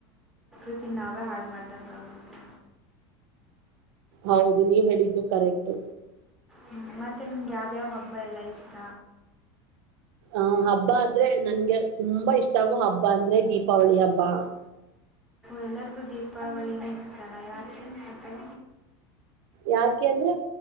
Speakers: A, in the centre; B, on the right.
A: ರ ನಾವೇ ಹಾಳು ಮಾಡ್ದಂಗ ಆಗುತ್ತೆ
B: ಹೌದು ನೀವ್ ಹೇಳಿದ್ದು ಕರೆಕ್ಟ್
A: ಹ್ಮ ಮತ್ತೆ ನಮ್ಗೆ ಯಾವ್ಯಾವ ಹಬ್ಬ ಎಲ್ಲ ಇಷ್ಟ
B: ಆ ಹಬ್ಬ ಅಂದ್ರೆ ನನ್ಗೆ ತುಂಬಾ ಇಷ್ಟ ಆಗೋ ಹಬ್ಬ ಅಂದ್ರೆ ದೀಪಾವಳಿ ಹಬ್ಬ ಬ
A: ಎಲ್ಲರಿಗೂ ದೀಪಾವಳಿನ ಇಷ್ಟಾನ ಯಾಕೆ ಆಥರ
B: ಯಾಕೆ ಅಂದ್ರೆ